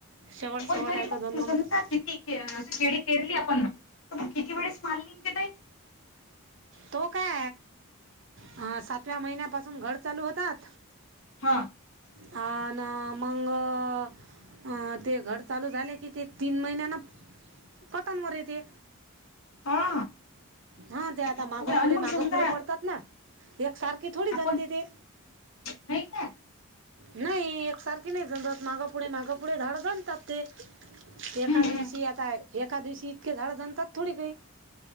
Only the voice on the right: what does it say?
शेवट
शेवट
आहे
तर दोन नंबर
तो काय अ सातव्या महिन्यापासून घड चालू होतात.
अ ना मंग आ.. अं ते घड चालू झाले की ते तीन महिन्याना.. कटनवरी ते.
हा त्या.
आता माग
पुढे
माग
पुढे पडतात ना एक सारखी थोडी
जणते ते.
नाही एकसारखी नाही जमत मागं पुढे माग... पुढ झाड गंज तापते एका
दिवशी एक अ.. एका दिवशी इतके झाड जणतात थोडी काही.